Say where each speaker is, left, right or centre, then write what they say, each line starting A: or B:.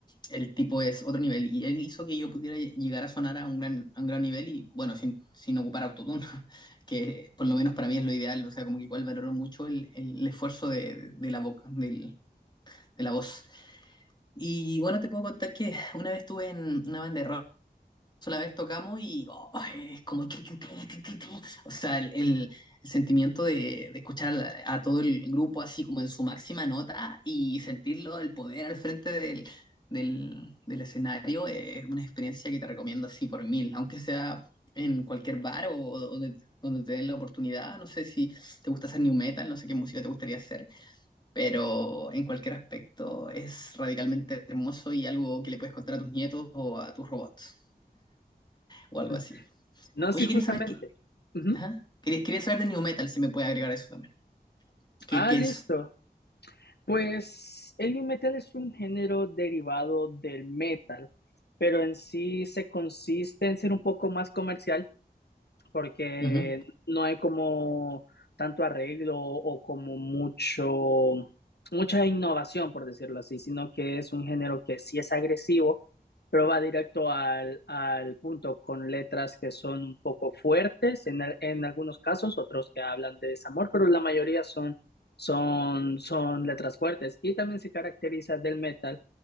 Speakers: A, on the left; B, on the left.
A: El tipo es otro nivel y él hizo que yo pudiera llegar a sonar a un gran, a un gran nivel y bueno, sin, sin ocupar autotune, <laughs> que por lo menos para mí es lo ideal. O sea, como que igual valoro mucho el, el esfuerzo de, de la boca, del- de la voz. Y bueno, te puedo contar que una vez estuve en una banda de rock sola vez tocamos y oh, es como... tu, tu, tu, tu, tu, tu. O sea, el, el- el sentimiento de, de escuchar a, la- a todo el grupo así como en su máxima nota y sentirlo, el poder al frente del, del, del escenario es una experiencia que te recomiendo así por mil, aunque sea en cualquier bar o, o donde, donde te den la oportunidad. No sé si te gusta hacer new metal, no sé qué música te gustaría hacer pero en cualquier aspecto es radicalmente hermoso y algo que le puedes contar a tus nietos o a tus robots o algo
B: Mm.
A: así.
B: No,
A: Oye,
B: sí, justamente.
A: quería saber qué.
B: Ujú.
A: Ajá. Quería, quería saber de New Metal, si me puede agregar eso también. ¿Qué,
B: Ah,
A: qué
B: listo.
A: es?
B: Pues el nu metal es un género derivado del metal, pero en sí se consiste en ser un poco más comercial porque
A: Ujú,
B: no hay como tanto arreglo o como mucho, mucha innovación, por decirlo así, sino que es un género que sí es agresivo, pero va directo al, al punto con letras que son un poco fuertes en, al- en algunos casos, otros que hablan de desamor, pero la mayoría son, son, son letras fuertes. Y también se caracteriza del metal